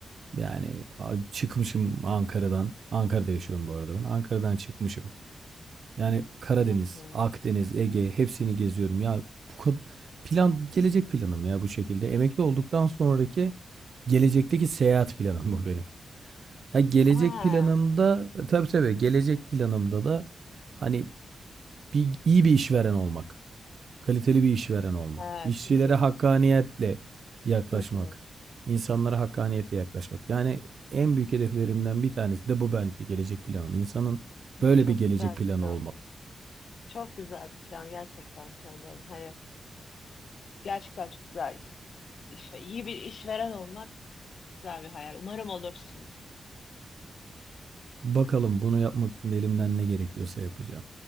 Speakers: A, on the right (about 65°); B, on the left (about 65°).
A: Yani çıkmışım Ankara'dan. Ankara'da yaşıyorum bu arada ben. Ankara'dan çıkmışım. Yani Karadeniz,
B: Hı hı.
A: Akdeniz, Ege hepsini geziyorum. Ya bu kad- plan gelecek planım ya bu şekilde. Emekli olduktan sonraki gelecekteki seyahat planım bu benim. Ha gelecek
B: Ha,
A: planımda tabii tabii gelecek planımda da hani bir, iyi bir işveren olmak, kaliteli bir işveren olmak,
B: evet,
A: işçilere
B: çok iyi.
A: hakkaniyetle yaklaşmak,
B: Hı hı.
A: insanlara hakkaniyetle yaklaşmak. Yani en büyük hedeflerimden bir tanesi de bu bence gelecek planım. İnsanın böyle
B: Çok
A: bir gelecek
B: güzel
A: planı
B: bir plan.
A: olmalı.
B: Çok güzel bir plan gerçekten söylüyorum. Hani gerçekten çok güzel iş. iş ve iyi bir işveren olmak güzel bir hayal. Umarım olursun.
A: Bakalım bunu yapmak için elimden ne gerekiyorsa yapacağım.